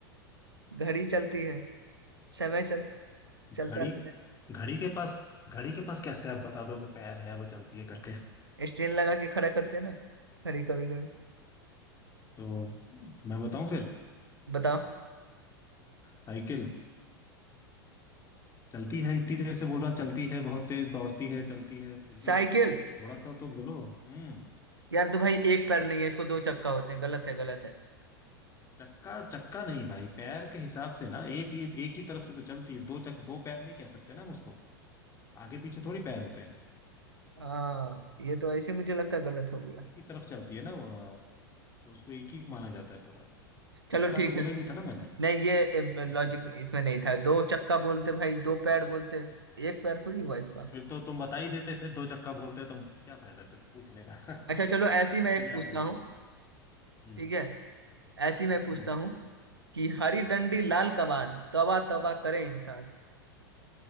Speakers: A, on the right (about 80°); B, on the left (about 25°).
A: घड़ी चलती है समय चल चलता
B: घड़ी
A: रहता
B: घड़ी के पास घड़ी के पास कैसे आप बता दो कि पैर है वो चलती है करके
A: है स्टेन लगा के खड़ा करते हैं ना घड़ी कभी कभी
B: तो मैं बताऊं फिर
A: बताओ
B: साइकिल चलती है इतनी देर से बोल रहा चलती है बहुत तेज दौड़ती है चलती है फिर भी
A: साइकिल
B: थोड़ा सा तो बोलो हम्म
A: यार तो भाई एक पैर नहीं है इसको दो चक्का होते हैं गलत है गलत है
B: चक्का चक्का नहीं भाई पैर के हिसाब से ना एक ही एक ही तरफ से तो चलती है दो चक दो पैर नहीं कह सकते ना हम उसको आगे पीछे थोड़ी पैर होते हैं
A: हाँ ये तो ऐसे मुझे लगता है गलत हो गया
B: एक ही तरफ चलती है ना वो हाँ, तो उसको एक ही माना जाता है पूरा
A: चलो
B: चक्का
A: ठीक
B: तो बोला
A: है
B: ही नहीं था ना मैंने
A: नहीं ये
B: <laughs>
A: लॉजिक इसमें नहीं था दो चक्का बोलते भाई दो पैर बोलते एक पैर थोड़ी हुआ इसका
B: तो फिर तो तुम बता ही देते फिर दो चक्का बोलते तो क्या फायदा फिर पूछने का <laughs>
A: अच्छा चलो ऐसी मैं एक
B: चलिए
A: पूछता
B: आप पूछिए
A: हूँ
B: आप। हम्म
A: ठीक है ऐसी मैं पूछता
B: हम्म
A: हूँ कि हरी डंडी लाल कमान तौबा तौबा करे इंसान